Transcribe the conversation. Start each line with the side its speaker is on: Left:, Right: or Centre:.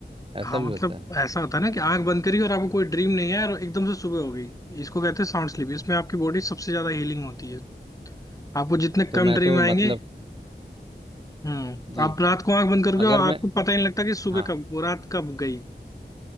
Left: हाँ
Right: ऐसा भी
Left: मतलब
Right: होता है
Left: ऐसा होता है ना कि आंख बंद करी और आपको कोई ड्रीम नहीं है और एकदम से सुबह हो गई इसको कहते हैं साउंड स्लीप इसमें आपकी बॉडी सबसे ज्यादा हीलिंग होती है आपको जितने
Right: तो
Left: कम
Right: मैं
Left: ड्रीम
Right: तो
Left: आएंगे
Right: मतलब
Left: हम्म
Right: जी
Left: आप रात को आंख बंद करोगे
Right: अगर
Left: और
Right: मैं
Left: आपको पता ही नहीं लगता कि सुबह
Right: हाँ
Left: कब वो रात कब गई